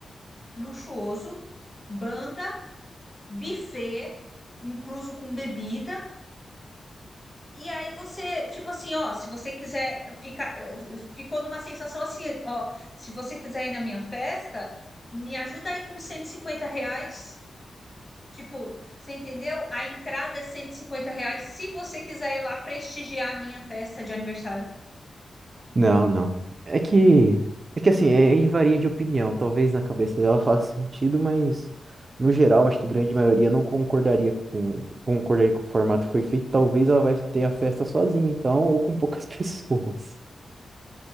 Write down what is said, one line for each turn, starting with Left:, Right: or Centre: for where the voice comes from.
Left: luxuoso, banda, buffet, incluso com bebida. E aí você, tipo assim, ó, se você quiser ficar, ficou numa sensação assim, ó, se você quiser ir na minha festa, me ajuda aí com 150 reais. Tipo, você entendeu? A entrada é 150 reais se você quiser ir lá prestigiar a minha festa de aniversário.
Right: Não, não. É que é que assim, é, e varia de opinião. Talvez na cabeça dela faça sentido, mas no geral, acho que grande maioria não concordaria com concordaria com o formato que foi feito. Talvez ela vai ter a festa sozinha, então, ou com poucas <laughs> pessoas.